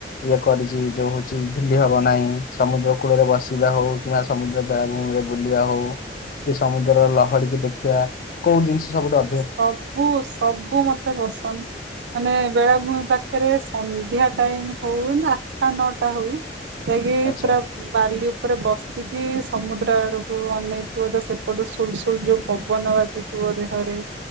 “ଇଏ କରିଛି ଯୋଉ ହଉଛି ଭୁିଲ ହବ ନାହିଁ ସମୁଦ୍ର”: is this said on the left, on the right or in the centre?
Left